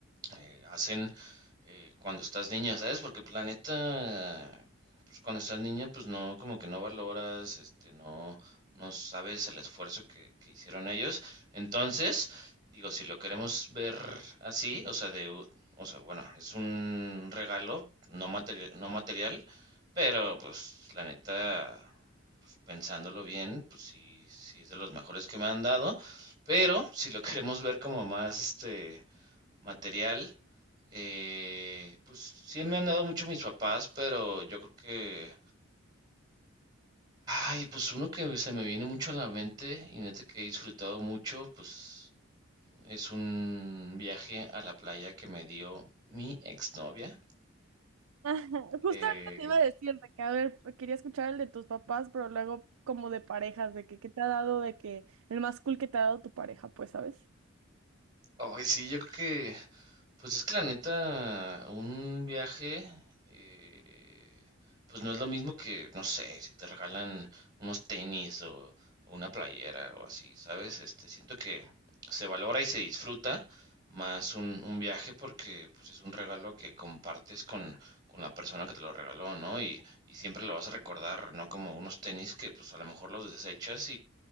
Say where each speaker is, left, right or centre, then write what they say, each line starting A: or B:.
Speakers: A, on the right; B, on the right.
A: eh, hacen eh, cuando estás niña, ¿sabes? Porque pues, la neta, pues cuando estás niña, pues no, como que no valoras, este, no, no sabes el esfuerzo que, que hicieron ellos. Entonces, digo, si lo queremos ver así, o sea, de, u- o sea, bueno, es un regalo no material, no material, pero pues la neta, pues, pensándolo bien, pues sí, sí es de los mejores que me han dado. Pero si lo queremos ver como más, este, material, eh, pues sí me han dado mucho mis papás, pero yo creo que, ay, pues uno que se me viene mucho a la mente y neta que he disfrutado mucho, pues es un viaje a la playa que me dio mi exnovia.
B: <laughs> Ajá, Justo
A: Eh,
B: ahorita te iba a decir de que, a ver, quería escuchar el de tus papás, pero luego como de parejas, de que qué te ha dado, de que el más cool que te ha dado tu pareja, pues, ¿sabes?
A: Ay, sí, yo creo que, pues es que la neta, un viaje, eh, pues no es lo mismo que, no sé, si te regalan unos tenis o, o una playera o así, ¿sabes? Este, siento que se valora y se disfruta más un, un viaje porque, pues es un regalo que compartes con, con la persona que te lo regaló, ¿no? Y, y siempre lo vas a recordar, ¿no? Como unos tenis que, pues a lo mejor los desechas